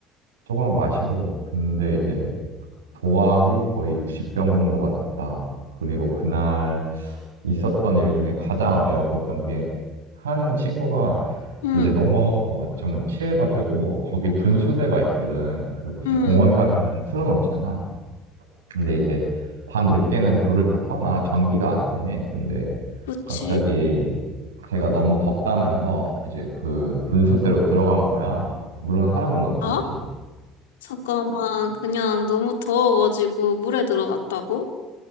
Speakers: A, on the right; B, on the left.
A: 조금만 마시고, 근데 이제 도합이 거의 60병 정도가 됐다. 그리고 그날 있었던 일 중에 가장 어이없었던 게, 한 친구가
B: 응,
A: 이제 너무 좀 취해가지고, 거기 분수대가 있거든. 그 무슨
B: 응,
A: 공원 어, 가면은 틀어놓잖아. 근데 이제 밤 늦게는 불을 다 꺼나 전기가 안 통해. 근데
B: 그치?
A: 갑자기 제가 너무 덥다면서 이제 그 분수대로 들어간 거야. 물론 사람은 없었지.
B: 어? 잠깐만, 그냥 너무 더워가지고 물에 들어갔다고?